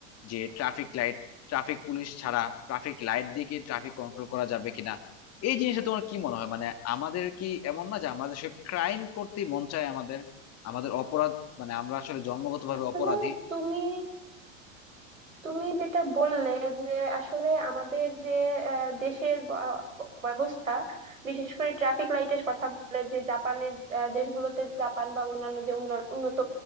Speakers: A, on the left (about 40°); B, on the right (about 85°).
A: যে ট্রাফিক লাইট ট্রাফিক পুলিশ ছাড়া ট্রাফিক লাইট দিয়ে কি ট্রাফিক কন্ট্রোল করা যাবে কিনা এই জিনিসটা তোমার কি মনে হয় মানে আমাদের কি এমন না যে আমাদের দেশে ক্রাইম করতে মন চায় আমাদের আমাদের অপরাধ মানে আমরা আসলে জন্মগতভাবে
B: তাহলে
A: অপরাধী
B: তুমি তুমি যেটা বললে যে আসলে আমাদের যে আহ, দেশের ব- ব্যবস্থা বিশেষ করে ট্রাফিক লাইটের কথা বলে যে জাপানের আহ, দেশগুলোতে জাপান বা অন্যান্য যে উন্ন- উন্নত